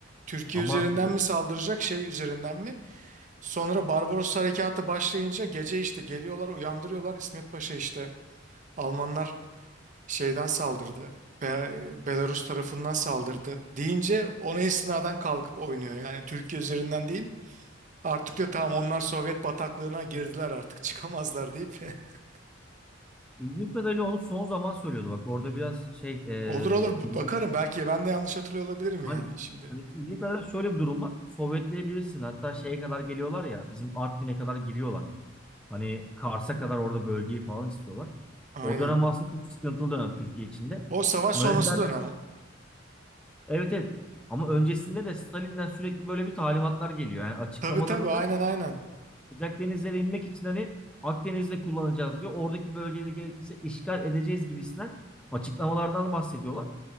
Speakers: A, on the right; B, in the centre.
A: Türkiye
B: ama
A: üzerinden mi saldıracak, şey üzerinden mi? Sonra Barbaros harekatı başlayınca gece işte geliyorlar uyandırıyorlar. İsmet Paşa işte Almanlar şeyden saldırdı. Be- Belarus tarafından saldırdı deyince ona istinaden kalkıp oynuyor. Yani Türkiye üzerinden değil. Artık da tamam onlar Sovyet bataklığına girdiler artık çıkamazlar deyip. <laughs>
B: e, ilginç kadarıyla onu son zaman söylüyordu. Bak orada biraz şey
A: Olur olur
B: e,
A: b-
B: bilgi,
A: bakarım belki ben de yanlış hatırlıyor olabilirim yani
B: hani,
A: şimdi.
B: hani ilginç kadarıyla şöyle bir durum var. Sovyetleyebilirsin. Hatta şeye kadar geliyorlar ya bizim Artvin'e kadar giriyorlar. Hani Kars'a kadar orada bölgeyi falan istiyorlar.
A: Aynen.
B: O dönem aslında çok sıkıntılı dönem Türkiye içinde.
A: O savaş
B: Nazilerden
A: sonrası dönem.
B: evet evet ama öncesinde de Stalin'den sürekli böyle bir talimatlar geliyor. Yani açıklamalarında
A: Tabii tabii aynen aynen.
B: sıcak denizlere inmek için hani Akdeniz'de kullanacağız diyor. Oradaki bölgeleri gerekirse işgal edeceğiz gibisinden açıklamalardan bahsediyorlar.